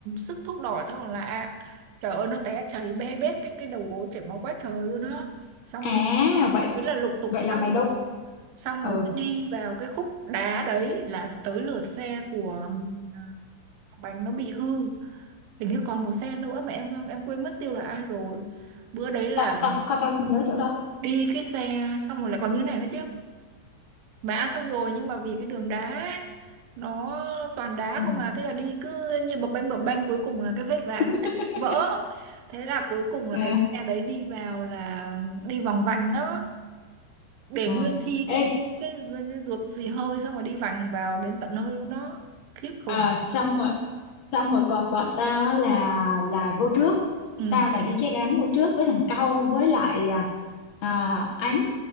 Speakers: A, on the right; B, on the left.
A: sức thuốc đỏ cho con lạ trời ơi nó té chảy bê bết cái cái đầu gối chảy máu quá trời luôn á xong
B: à
A: rồi
B: vậy
A: thế là lục tục
B: vậy
A: xong
B: là mày đâu
A: xong
B: ờ
A: rồi đi vào cái khúc đá đấy là tới lượt xe của ừm, thằng Bành nó bị hư hình như còn một xe nữa mà em em quên mất tiêu là ai rồi bữa đấy là
B: tao tao tao tao không nhớ chỗ đó
A: đi cái xe xong rồi lại còn như này nữa chứ mã xong rồi nhưng mà vì cái đường đá nó toàn đá
B: ừ.
A: không à thế là đi cứ như bập bênh bập bênh cuối cùng là cái vết ván
B: <laughs>
A: nó lại vỡ thế là cuối cùng là
B: à,
A: cái xe đấy đi vào là đi vòng vành đó để
B: à.
A: nguyên si
B: ê
A: cái cái, ru- cái ruột xì hơi xong rồi đi vành vào đến tận hơi luôn đó khiếp khủng
B: à, xong rồi xong rồi còn bọn tao á là là vô trước
A: ừ
B: tao là đi cái đám vô trước với thằng Câu với lại à, à, Ánh